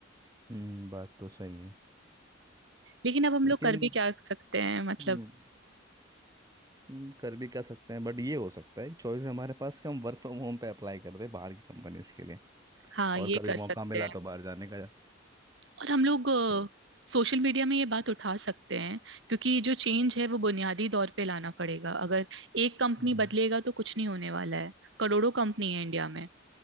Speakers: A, on the right (about 20°); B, on the right (about 65°).
A: हम्म बात तो सही है
B: लेकिन अब हम
A: लेकिन
B: लोग कर भी क्या सकते हैं मतलब
A: हम्म हम्म, कर भी कर सकते हैं बट ये हो सकता है एक चॉइस हमारे पास कि हम वर्क फ्रॉम होम पे अप्लाई कर दे बाहर की कंपनीज के लिए
B: हाँ
A: और
B: ये
A: कभी
B: कर
A: मौका
B: सकते
A: मिला
B: हैं
A: तो बाहर जाने का
B: और हम लोग
A: क्यों
B: सोशल मीडिया में ये बात उठा सकते हैं क्योंकि जो चेंज है वो बुनियादी तौर पे लाना पड़ेगा अगर एक कंपनी
A: हम्म,
B: बदलेगा तो कुछ नहीं होने वाला है करोड़ों कंपनी है इंडिया में